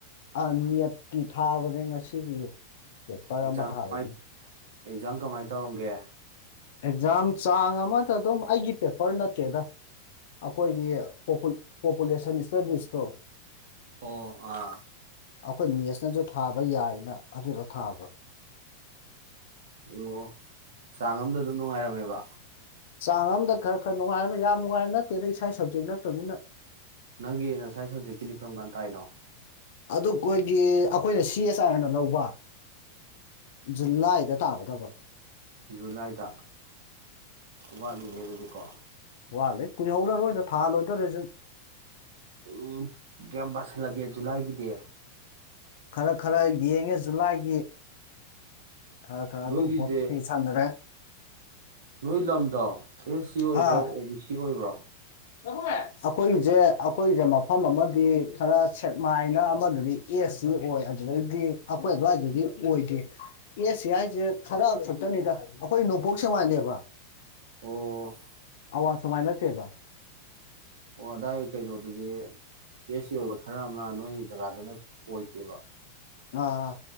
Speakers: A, on the left; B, on the right.
A: ꯑ ꯅꯦꯠꯀꯤ ꯊꯥꯕꯅꯦ ꯉꯁꯤꯒꯤ ꯄꯦꯄꯔ
B: ꯑꯦꯛꯖꯥꯝ
A: ꯑꯃ ꯊꯥꯔꯨꯕꯅꯦ
B: ꯀꯃꯥꯏ ꯑꯦꯛꯖꯥꯝ ꯀꯃꯥꯏ ꯇꯧꯔꯝꯒꯦ
A: ꯑꯦꯛꯖꯥꯝ ꯆꯥꯡ ꯑꯃꯗ ꯑꯗꯨꯝ ꯑꯩꯒꯤ ꯄꯦꯄꯔ ꯅꯠꯇꯦꯗ ꯑꯩꯈꯣꯏꯒꯤ ꯄꯣꯄꯨ ꯄꯣꯄꯨꯂꯦꯁꯟ ꯇꯥꯗꯤꯁꯇꯣ
B: ꯑꯣ ꯑꯥ
A: ꯑꯩꯈꯣꯏ ꯃꯦꯁꯅꯁꯨ ꯊꯥꯕ ꯌꯥꯏꯅ ꯑꯗꯨꯗ ꯊꯥꯕ
B: ꯑꯣ ꯆꯥꯡ ꯑꯝꯗ ꯑꯗꯨ ꯅꯨꯡꯉꯥꯏꯔꯝꯃꯦꯕ
A: ꯆꯥꯡ ꯑꯝꯗ ꯈꯔ ꯈꯔ ꯅꯨꯡꯉꯥꯏꯔꯝꯃꯦ ꯌꯥꯝ ꯅꯨꯡꯉꯥꯏꯕ ꯅꯠꯇꯦ ꯏꯁꯥꯏ ꯁꯕꯖꯦꯛ ꯅꯠꯇꯃꯤꯅ
B: ꯅꯪꯒꯤ ꯅꯥꯁꯥꯏ ꯁꯕꯖꯦꯛꯀꯤꯗꯤ ꯀꯔꯝ ꯀꯥꯟ ꯇꯥꯏꯅꯣ
A: ꯑꯗꯨ ꯑꯩꯈꯣꯏꯒꯤ ꯑꯩꯈꯣꯏꯅ ꯁꯤ ꯑꯦꯁ ꯑꯔꯅ ꯂꯧꯕ ꯖꯨꯂꯥꯏꯗ ꯇꯥꯒꯗꯕ
B: ꯖꯨꯂꯥꯏꯗ ꯋꯥꯠꯂꯤ ꯅꯦ ꯑꯗꯨꯗꯤꯀꯣ
A: ꯋꯥꯠꯂꯦ ꯀꯨꯏꯍꯧꯔꯔꯣꯏꯗ ꯊꯥ ꯂꯣꯏꯗꯧꯔꯦꯁꯨ
B: ꯎꯝ ꯀꯌꯥꯝ ꯄꯥꯁꯜꯂꯒꯦ ꯖꯨꯂꯥꯏꯒꯤ ꯗꯤ
A: ꯈꯔ ꯈꯔ ꯌꯦꯡꯉꯦ ꯖꯨꯂꯥꯏꯒꯤ ꯈꯔ ꯈꯔ
B: ꯅꯣꯏꯒꯤꯁꯦ
A: ꯑꯗꯨꯝ ꯍꯣꯠꯄꯤ ꯁꯥꯟꯅꯔꯦ
B: ꯅꯣꯏ ꯂꯝꯗꯣ ꯑꯦꯁ ꯁꯤ ꯑꯣꯏꯕ꯭ꯔꯣ
A: ꯑꯥ
B: ꯑꯣ ꯕꯤ ꯁꯤ ꯑꯣꯏꯕ꯭ꯔꯣ
A: ꯑꯩꯈꯣꯏꯒꯤꯁꯦ ꯑꯩꯈꯣꯏꯁꯦ ꯃꯐꯝ ꯑꯃꯗꯤ ꯈꯔ ꯁꯦꯛꯃꯥꯏꯅ ꯑꯃꯗꯗꯤ ꯑꯦꯁ ꯁꯤ ꯑꯣꯏ ꯑꯗꯨꯗꯒꯤꯗꯤ ꯑꯩꯈꯣꯏ ꯑꯗꯨꯋꯥꯏꯗꯗꯤ ꯑꯣꯏꯗꯦ ꯑꯦꯁ ꯁꯤ ꯍꯥꯏꯁꯦ ꯈꯔ ꯈꯛꯇꯅꯤꯗ ꯑꯩꯈꯣꯏ ꯅꯣꯡꯄꯣꯛ ꯁꯦꯡꯃꯥꯏꯅꯦꯕ
B: ꯑꯣ
A: ꯑꯋꯥꯡ ꯁꯦꯛꯃꯥꯏ ꯅꯠꯇꯦꯕ
B: ꯑꯣ ꯑꯗꯥꯏ ꯀꯩꯅꯣꯗꯨꯗꯤ ꯑꯦꯁ ꯁꯤ ꯑꯣꯏꯕ ꯈꯔ ꯑꯃ ꯅꯣꯏꯒꯤ ꯖꯒꯥꯗꯅ ꯑꯣꯏꯗꯦꯕ
A: ꯑꯥ